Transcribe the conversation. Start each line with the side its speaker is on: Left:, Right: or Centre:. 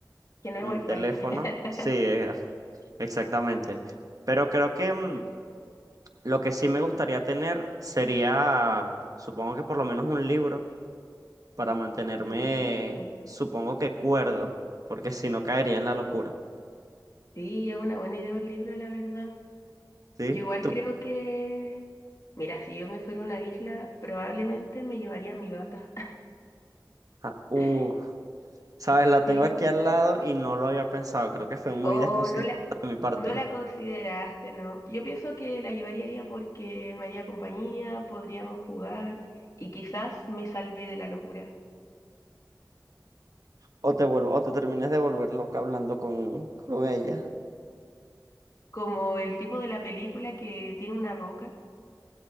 Left: Que no
Right: un
Left: hay wifi.
Right: teléfono.
Left: <laughs>
Right: Sí, eh, Exactamente. Pero creo que mm, lo que sí me gustaría tener sería, supongo que por lo menos un libro para mantenerme,
Left: Uh.
Right: supongo que cuerdo, porque si no caería en la locura.
Left: Sí, es una buena idea un libro, la verdad.
Right: ¿Sí?
Left: Yo igual
Right: Tú,
Left: creo que, mira, si yo me fuera a una isla, probablemente me llevaría a mi gata.
Right: ah, uh,
Left: <laughs>
Right: sabes, la tengo
Left: Sí.
Right: aquí al lado y no lo había pensado. Creo que fue muy
Left: O
Right: desconsiderado
Left: no la,
Right: de mi parte.
Left: no la consideraste, ¿no? Yo pienso que la llevaría a ella porque me haría compañía, podríamos jugar y quizás me salve de la locura.
Right: O te vuelvo, o te termines de volver loca hablando con, con ella.
Left: Como el tipo de la película que tiene una roca,